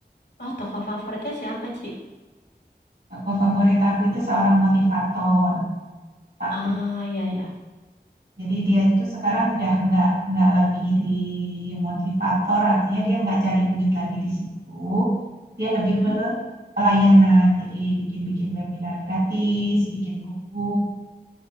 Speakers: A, on the left; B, on the right.
A: Oh tokoh favoritnya siapa Ci?
B: Tokoh favorit aku itu seorang motivator, Pak
A: Ah
B: Kris.
A: iya iya.
B: Jadi dia itu sekarang udah nggak nggak lagi di motivator, artinya dia nggak cari duit lagi di situ. Dia lebih
A: Hmm?
B: ke pelayanan, jadi bikin-bikin webinar gratis, bikin buku.